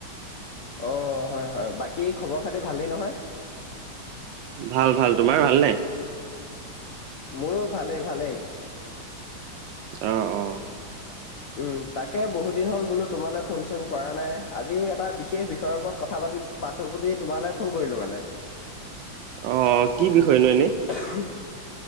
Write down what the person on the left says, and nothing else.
অ' হয়, হয় বাকী খবৰ খাতি ভালেই নহয়
মোৰো ভালেই ভালেই
উম, তাকে বহুত দিন হ'ল বোলো তোমালৈ ফোন চোন কৰা নাই আজি এটা বিশেষ বিষয়ৰ ওপৰত কথা পাতিম পাতো বুলি তোমালে ফোন কৰিলো মানে।
<inaudible>